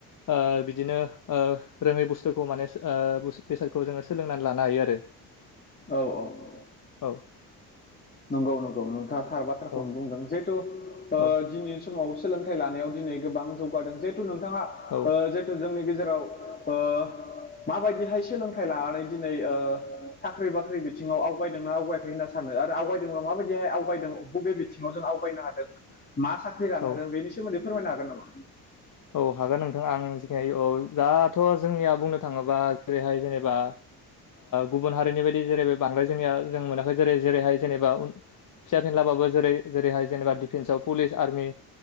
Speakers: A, on the left; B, on the left.
A: ओ बिदिनो ओ रोङै बुस फोरखौ माने ओ बेसादखौ जोङो सोलोंनानै लानो हायो आरो
B: औ औ
A: औ
B: नंगौ नंगौ नोंथाङा थार बाथ्राखौनो
A: औ
B: बुंदों जिहेथु ओ
A: औ
B: दिनै समाव सोलोंथाइ लानायाव दिनै गोबां जौगादों जिहेथु नोंथाङा
A: औ
B: ओ जिहेथु जोंनि गेजेराव ओ माबायदिहाय सोलोंथाइ लानानै दिनै ओ साख्रि बाख्रि बिथिङाव आवगायदोंना आवगायाखै होनना सानो आरो आवगायदोंबा माबायदिहाय आवगायदों बबे बिथिङाव जों आवगायनो हादों मा साख्रि लानो
A: औ
B: हादों बेनि सोमोनदै फोरमायनो हागोन नामा?
A: औ हागोन नोंथां आं जिखिनि औ दाथ' जोंनिया बुंनो थाङोबा जेरैहाय जेनेबा गुबुन हारिनि बायदि जेरै बांद्राय जोंनिया जों मोनाखै जेरै जेरैहाय जेनेबा फिसा फिनलाबाबो जेरै जेरैहाय जेनेबा डिफेन्सआव पुलिस आर्मि